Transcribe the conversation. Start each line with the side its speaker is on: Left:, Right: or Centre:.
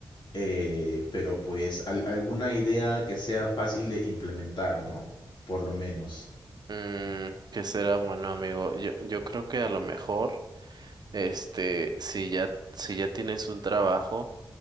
Left: eh, pero pues al- alguna idea que sea fácil de implementar, ¿no? Por lo menos.
Right: Mm, ¿qué será bueno, amigo? Yo, yo creo que a lo mejor. Este, si ya, si ya tienes un trabajo